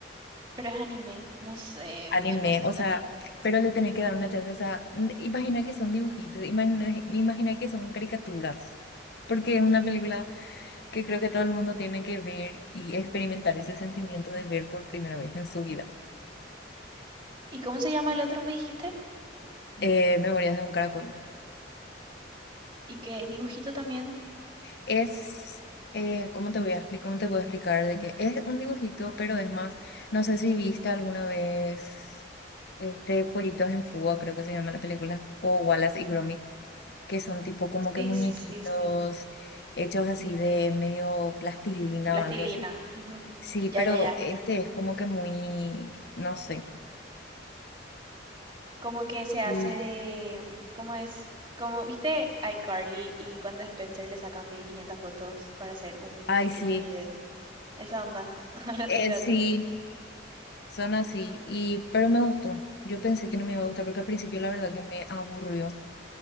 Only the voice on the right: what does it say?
Pero es anime, no sé,
yo no soy
tan... in-
Ujú.
¿Y cómo se llama el otro, me dijiste?
Y que es dibujito también.
Sí,
sí, sí, sí.
Plastilina.
Ujú.
Ya,
ya, ya,
ya.
Como que se hace
de, ¿cómo es? Como, ¿viste iCarly y cuando Spencer le sacan 1500 fotos para hacer un
pequeño
video? Esa onda, <laughs> algo así
se hace.